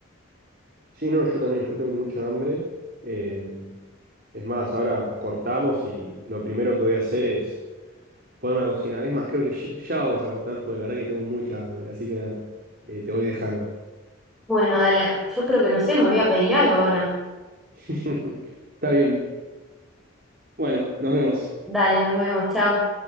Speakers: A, on the right; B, in the centre.
A: sí, no, yo también, yo tengo mucha hambre. Eh, es más, ahora cortamos y lo primero que voy a hacer es... ponerme a cocinar. Es más, creo que ya ya vamos a cortar porque la verdad que tengo mucha hambre. Así que nada, eh, te voy dejando.
B: Bueno, dale, yo creo que no sé, me voy a pedir algo ahora.
A: <laughs> Está bien. Bueno, nos vemos.
B: Dale, nos vemos, chao.